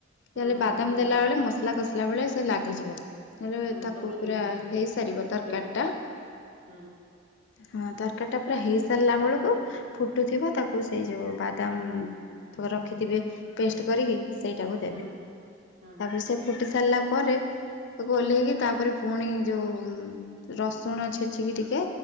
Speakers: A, on the right (about 40°); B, on the left (about 60°).
A: ହଁ
B: ହେଲେ ବାଦାମ୍
A: ହଁ
B: ଦେଲା ବେଳେ ମସଲା କସିଲା ବେଳେ ସେ ଲାଗିଯିବ। ହେଲେ
A: ହଁ
B: ତାକୁ
A: ତାପରେ
B: ପୁରା
A: ଦେଖିକି
B: ହେଇସାରିବ ତରକାରି
A: ଜଲ
B: ଟା
A: ହଁ
B: ହଁ ତରକାରୀଟା ପୁରା ହେଇସାରିଲା ବେଳକୁ ଫୁଟୁଥିବ ତାକୁ ସେଇ ଯଉ ବାଦାମ୍ ତାକୁ ରଖିଥିବେ ପେଷ୍ଟ କରିକି ସେଇଟାକୁ ଦେବେ
A: ହଁ
B: ତାପରେ
A: ହଁ
B: ସେ ଫୁଟି ସାରିଲା ପରେ ତାକୁ ଓହ୍ଲେଇକି ତାପରେ ପୁଣି ଯଉ ରସୁଣ ଛେଚିକି ଟିକେ